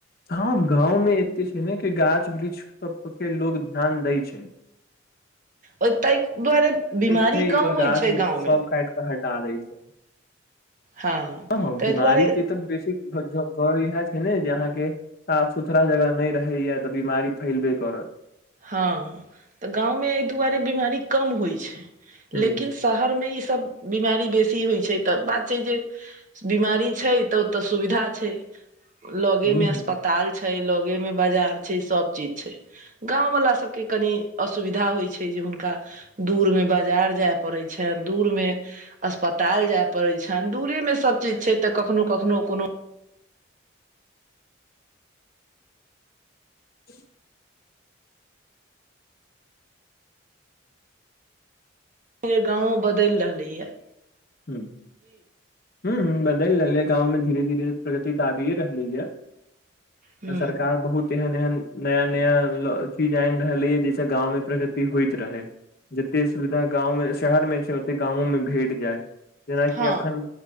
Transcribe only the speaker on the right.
ओ तय दुआरे बीमारी
कम
होइ
छैय
गाँवमे।
हँ
ताहि
दुआरे
हाँ तऽ गाँवमे ऐय दुआरे बीमारी कम होइ छैय
लेकिन शहरमे इ सब बीमारी बेसी होइ छैय त बात छैय जे बीमारी छैय तऽ ओतऽ सुविधा छैय। लगे
में
अस्पताल छैय, लगे में बाजार छैय, सब चीज छैय। गांव वला सबके कनि असुविधा होए छै जे हुनका दूरमे बाजार जाय पड़ै छैन दूरमे अस्पताल जाय पड़े छैन, दूरे में सब चीज छै त कखनो- कखनो कोनो
<unintelligible> गांवों बदैल रहलै यैं।
हूँ
हँ